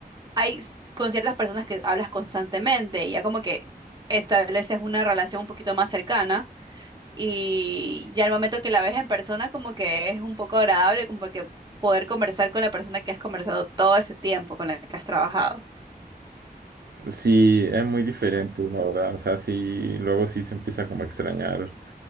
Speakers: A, on the right; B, on the right.
A: hay s- con ciertas personas que hablas constantemente, y ya como que estableces una relación un poquito más cercana y ya al momento que la ves en persona como que es un poco agradable, como que poder conversar con la persona que has conversado todo ese tiempo, con la que has trabajado.
B: Sí, es muy diferente, la verdad. O sea, sí, luego sí se empieza como a extrañar